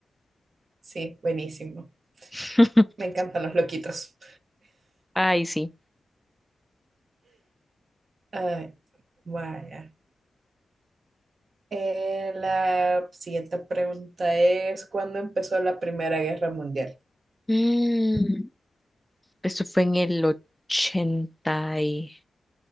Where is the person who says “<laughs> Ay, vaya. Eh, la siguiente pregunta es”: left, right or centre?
Right